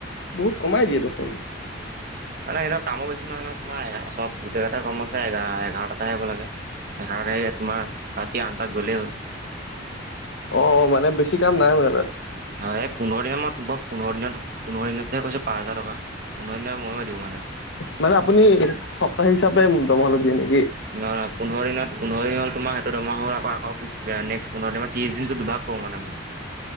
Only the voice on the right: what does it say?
মানে সিঁহতৰ কামো বেছি নহয় নহয়, তোমাৰ চব গোটেই কেইটা কৰ্মচাৰী এ, এঘাৰটাত হে আহিব লাগে। এঘাৰত <unintelligible> তোমাৰ ৰাতি আঠটাত গলেই হ'ল।
হয় এই পোন্ধৰ দিনৰ মূৰত, পোন্ধৰ দিনত পোন্ধৰ দিনত হে কৈছোঁ পাঁচ হাজাৰ টকা। পোন্ধৰ দিন মূৰে- মূৰে দিওঁ মানে।
নহ-নহ, পোন্ধৰ দিনত পোন্ধৰ দিন হ'ল তোমাৰ হেইটো দৰমহা হোৱা আকৌ-আকৌ নেক্সট্ পোন্ধৰ দিনৰ মূঅত ত্ৰিছ দিনটো দুভাগ <unintelligible>